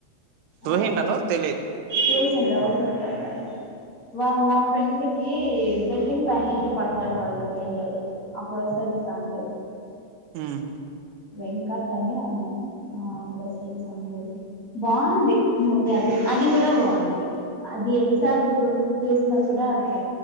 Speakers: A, on the left; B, on the right.
A: ఆ
B: చూసింటాను తెలి
A: <unintelligible> వాళ్ళ ఫ్రెండ్కి బిల్డింగ్ పై నుంచి పడతారు వాళ్ళ ఫ్రెండ్ అప్పుడు వస్తది సాంగు అది
B: ఉమ్
A: వెంకట్ అని అ <unintelligible> ఆ అప్పుడు వస్తది సాంగ్ అది బాగుంది మూవీ అది అది కూడ బాగుంది అది ఎన్నిసార్లు చూ చూసిన కూడ అదే